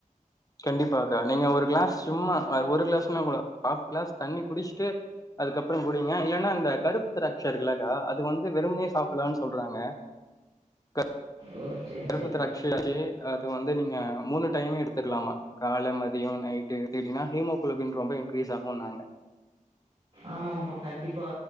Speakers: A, on the left; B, on the right.
A: கண்டிப்பாக்கா, நீங்க ஒரு க்ளாஸ் சும்மா ஒரு க்ளாஸ் சிங்னா கூட ஆஃப் க்ளாஸ் தண்ணி குடிச்சுட்டு அதுக்கப்பறோ குடிங்க, இல்லன்னா இந்த கருப்பு திராட்ச இருக்குல்லக்கா அது வந்து வெறுமனே சாப்புட்லாம்னு சொல்றாங்க க
B: ஓ சரி
A: கருப்பு
B: சரி
A: திராட்சையாக்கி அது வந்து நீங்க மூணு டைம் எடுத்துக்கலாமா கால மதியம் நைட்டு எடுத்துகிட்டிங்னா ஹீமோகுளோபின் ரொம்ப இன்க்ரீஸ் ஆகுன்னாங்க
B: ஆமாப்பா, கண்டிப்பா